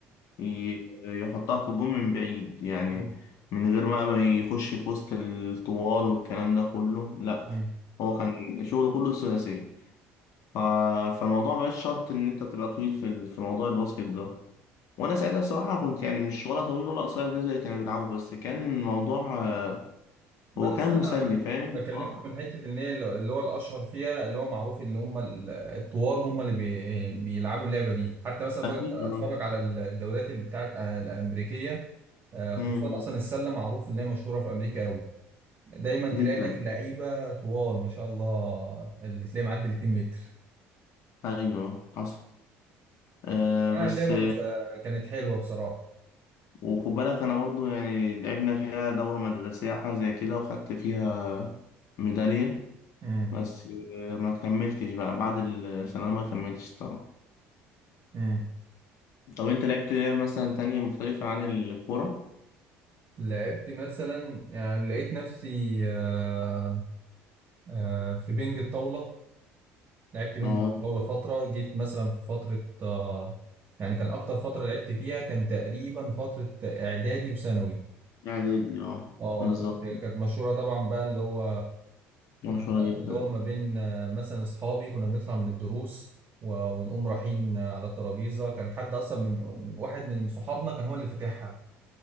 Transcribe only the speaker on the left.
ي- يحطها في الجون من بعيد يعني
من غير بقى ما يخش في وسط الطوال والكلام ده كله لا
هو كان شغله كله الثلاثية ف- فالموضوع مبقاش شرط إن أنت تبقى طويل في ال- في موضوع الباسكت ده وأنا ساعتها الصراحة كنت يعني مش ولا طويل ولا قصير بالنسبة اللي كانوا بيلعبوا بس كان الموضوع آه،
هو
كان
مسلي
فاهم
آه،
أكيد آه.
مم.
جدا
أيوه حصل آه بس
وخد بالك انا برضو يعني لعبنا فيها دورة مدرسية حاجة زي كده وخدت فيها ميدالية
بس آه، ما كملتش بقى بعد الثانوية ما كملتش طبعا
طب انت لعبت لعب مثلا تانية مختلفة عن الكورة؟
اه
اعدادي اه
بالظبط
مشهورة جدا